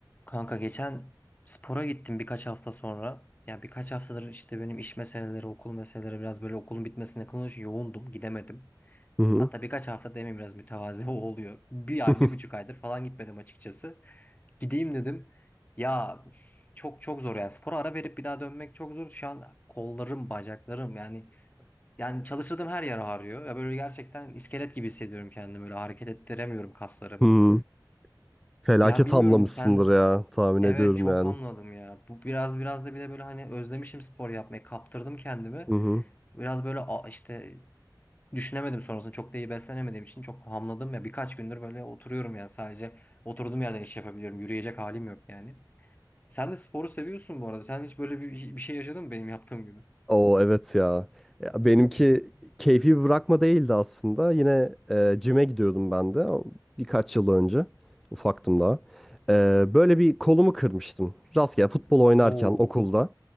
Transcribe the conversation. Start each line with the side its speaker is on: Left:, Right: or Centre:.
Left: Kanka geçen spora gittim birkaç hafta sonra. Ya birkaç haftadır işte benim iş meseleleri, okul meseleleri biraz böyle okulun bitmesine yakın yoğundum, gidemedim.
Centre: Hı hı.
Left: Hatta birkaç hafta demeyeyim biraz mütevazi <laughs> oluyor. Bir
Centre: <laughs>
Left: ay, bir buçuk aydır falan gitmedim açıkçası. Gideyim dedim. Ya çok çok zor yani spora ara verip bir daha dönmek çok zor. Şu an kollarım, bacaklarım yani yani çalıştırdığım her yer ağrıyor. Ya böyle gerçekten iskelet gibi hissediyorum kendimi. Böyle hareket ettiremiyorum kaslarımı.
Centre: Hı. Felaket
Left: Ya bilmiyorum
Centre: hamlamışsındır
Left: sen
Centre: ya tahmin
Left: Evet
Centre: ediyorum
Left: çok
Centre: yani.
Left: hamladım ya. Bu biraz biraz da bir de böyle hani özlemişim spor yapmayı. Kaptırdım kendimi.
Centre: Hı hı.
Left: Biraz böyle a- işte düşünemedim sonrasında. Çok da iyi beslenemediğim için çok hamladım ya. Birkaç gündür böyle oturuyorum ya. Sadece oturduğum yerden iş yapabiliyorum. Yürüyecek halim yok yani. Sen de sporu seviyorsun bu arada. Sen hiç böyle bir, bir şey yaşadın mı benim yaptığım gibi?
Centre: Oo evet ya. Ya benimki keyfi bir bırakma değildi aslında. Yine e, cime gidiyordum ben de birkaç yıl önce. Ufaktım daha. E, böyle bir kolumu kırmıştım. Rastgele futbol oynarken
Left: Oo,
Centre: okulda.